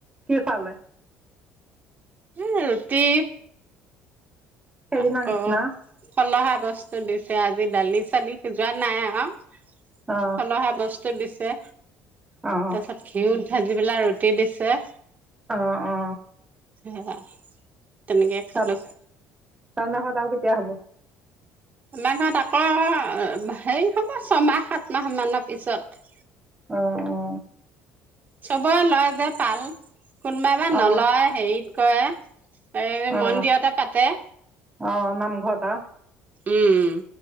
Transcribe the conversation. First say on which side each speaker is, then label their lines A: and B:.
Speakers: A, on the right (about 20°); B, on the right (about 35°).
A: কি খোৱালে?
B: এই ৰুতি
A: সেইদিনা
B: আকৌ
A: নিচিনা
B: ফলাহাৰ বস্তু দিছে আজি দালি চালি সিজোৱা নাই আৰু।
A: অ
B: ফলাহাৰ বস্তু দিছে।
A: অ অ
B: তাৰপিছত ঘিউত ভাজি পেলাই ৰুটি দিছে।
A: অ অ
B: সেয়া তেনেকে খালো
A: তাত তহঁতৰ ঘৰত আৰু কেতিয়া হ'ব?
B: নাই নহয় তাপা হেৰি হ'ব ছমাহ সাত মাহ মানৰ পিছত।
A: অ অ।
B: চবৰে লয় যে পাল, কোনোবা বা নলয়
A: অ
B: হেৰিত কৰে এ
A: অ অ
B: মন্দিৰতে পাতে।
A: অ নামঘৰত আ
B: উম